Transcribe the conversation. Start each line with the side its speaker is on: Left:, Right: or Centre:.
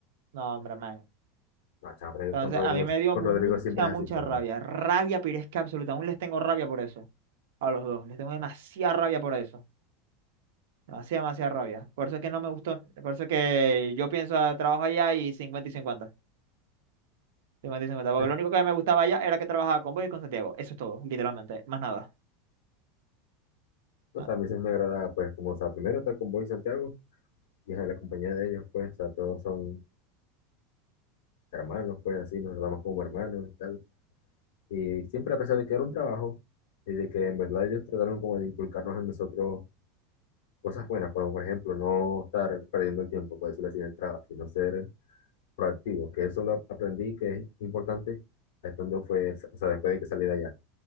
Right: No, hombre, man.
Left: No, chamo,
Right: Entonces,
Left: con Rodrigo,
Right: a mí me dio
Left: con
Right: mucha,
Left: Rodrigo siempre es
Right: mucha
Left: así, chamo.
Right: rabia. Rabia, pero es que absoluta. Aún les tengo rabia por eso. A los dos. Les tengo demasiada rabia por eso. Demasiada, demasiada rabia. Por eso es que no me gustó. Por eso es que yo pienso a trabajo allá y cincuenta y 50, 50 y 50. Porque
Left: Sí.
Right: lo único que me gustaba allá era que trabajaba con vos y con Santiago. Eso es todo, literalmente. Más nada.
Left: O
Right: Ah,
Left: sea, a mí sí me agrada, pues, como, o sea, primero estar con Boy y Santiago y en la compañía de ellos, pues, o sea, todos son hermanos, pues, así, nos tratamos como hermanos y tal. Y siempre, a pesar de que era un trabajo y de que en verdad ellos trataron como de inculcarnos en nosotros cosas buenas, como, por ejemplo, no estar perdiendo el tiempo, por decirlo así, en el trabajo, sino ser proactivo, que eso lo aprendí que es importante estando, fue, o sea, después de que salí de allá